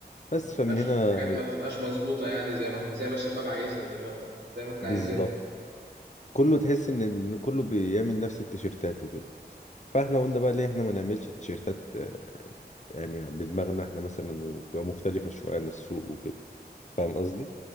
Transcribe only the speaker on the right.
ما
بتبقاش
حاجات ما بتبقاش مظبوطة يعني زي ما احنا زي ما الشباب عايزها دلوقتي زي ما احنا
عايزين